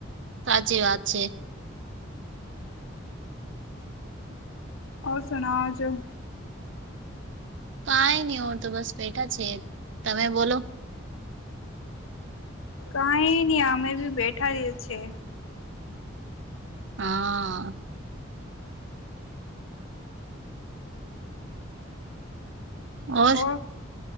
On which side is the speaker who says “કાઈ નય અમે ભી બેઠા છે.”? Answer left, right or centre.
Left